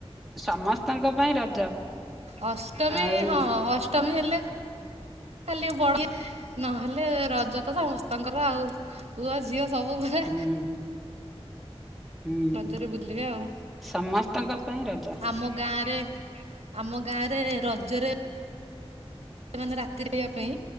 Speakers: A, in the centre; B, on the right.
A: ସମସ୍ତଙ୍କ ପାଇଁ ରଜ।
B: ଅଷ୍ଟମୀ
A: ଆଉ
B: ହଁ, ଅଷ୍ଟମୀ ହେଲେ ଖାଲି ବଢ଼ିଆ ନହେଲେ, ରଜ ତ ସମସ୍ତଙ୍କର ଆଉ। ପୁଅ ଝିଅ ସବୁ ପୁରା
A: ହୁଁ। ହୁଁ।
B: ରଜରେ ବୁଲିବେ ଆଉ
A: ସମସ୍ତଙ୍କ ପାଇଁ ରଜ।
B: ଆମ ଗାଁରେ ଆମ ଗାଁରେ, ରଜରେ ସେମାନେ ରାତି ରହିବା ପାଇଁ,